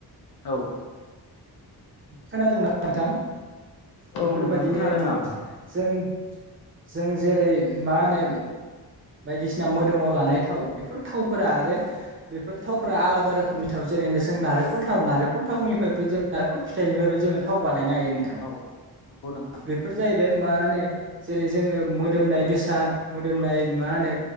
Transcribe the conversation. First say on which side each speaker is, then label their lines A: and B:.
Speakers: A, on the left; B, on the right.
A: औ
B: खोनादों ना? नोंथां
A: औ
B: बेफोरबादिनो
A: नोंथां खोनादों आं
B: जों जों जेरै मा होनो बायदिसिना मोदोमाव लानाय थाव बेफोर थावफोरा आरो बेफोर थावफोरा आलादा रोखोमनि थाव जेरैनो जों नारेंखल थाव नारेंखल थावनिफ्रायबो जों नारेंखल फिथाइनिफ्रायबो जोङो थाव बा नायनो हायो नोंथां
A: औ नंगौ नोंथां
B: बेफोर जाहैबाय बे मा ने जेरै जोङो
A: औ
B: मोदोमनाय बेसाद मोदोम नाय मा
A: औ
B: नो